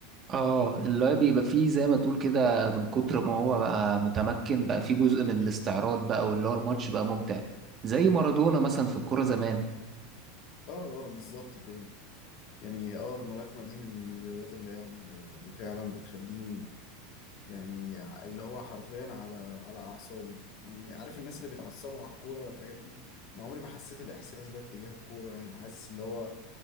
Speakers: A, on the right; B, on the left.
A: اه اللي هو بيبقى فيه زي ما تقول كده من كتر ما هو بقى متمكن بقى فيه جزء من الاستعراض بقى واللي هو الماتش بقى ممتع زي مارادونا مثلا في الكورة زمان
B: اه اه بالظبط كده يعني اه الملاكمة دي من من الرياضات اللي هي ال- اللي فعلا بتخليني يعني اللي هو حرفيا على على اعصابي يعني عارف الناس اللي بيتعصبوا على الكوره والحاجات دي انا عمري ما حسيت الاحساس ده اتجاه الكوره يعني حاسس اللي هو